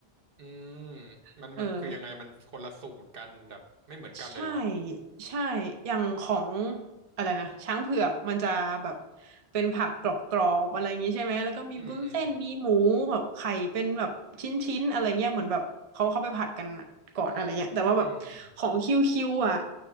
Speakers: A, on the right (about 60°); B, on the right (about 40°).
A: อืม
B: <laughs>
A: มันมันคือยังไงมันคนละสูตรกันแบบไม่เหมือนกันเลยเหรอ
B: เออ ใช่ใช่อย่างของอะไรนะช้างเผือกมันจะแบบเป็นผักกรอบๆอะไรอย่างนี้ใช่ไหมแล้วก็มีบุ้นเส้นมีหมูแบบไข่เป็นแบบชิ้นๆอะไรเงี้ยเหมือนแบบเขาเขาไปผัดกันก่อนอะไรเงี้ยแต่ว่าแบบของคิวคิวอ่ะ
A: อืมอืมอืมอืม